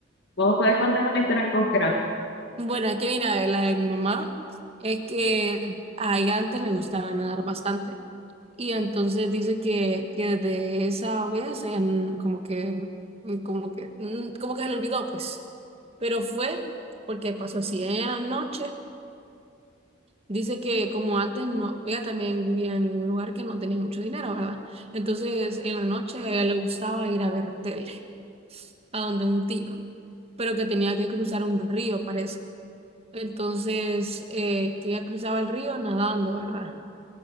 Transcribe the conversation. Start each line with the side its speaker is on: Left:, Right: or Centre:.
Left: Vos podés contarme la historia como quieras. <laughs>
Right: Bueno, es que mira, la de mi mamá es que a ella antes le gustaba nadar bastante y entonces dice que, que desde esa vez ella n- como que, mm, como que, mm, como que se le olvidó pues, pero fue porque pasó así, ella en la noche dice que como antes no, ella también vivía en un lugar que no tenía mucho dinero, ¿verdad? Entonces en la noche a ella le gustaba ir a ver tele, a donde un tío, pero que tenía que cruzar un río, parece. Entonces, eh, que ella cruzaba el río nadando, ¿verdad?